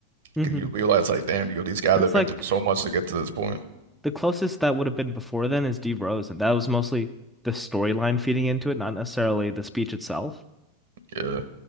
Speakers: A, in the centre; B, on the right.
A: Mm-hmm.
B: 'Cause you realize like, damn, yo, these guys
A: It's
B: have been
A: like
B: through so much to get to this point.
A: the closest that would have been before then is D Rose, and that was mostly the storyline feeding into it, not necessarily the speech itself.
B: Yeah.